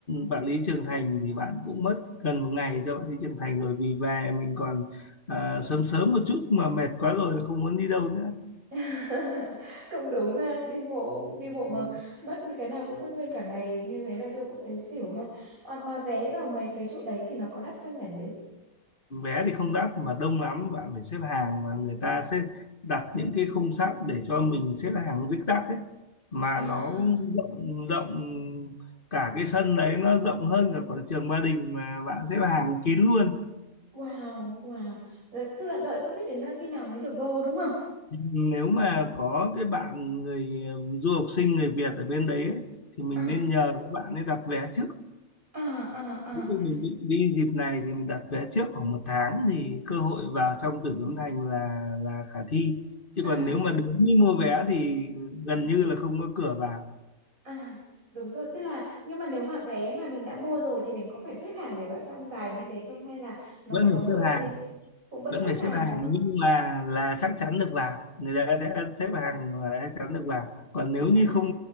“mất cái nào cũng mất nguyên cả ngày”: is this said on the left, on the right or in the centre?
Right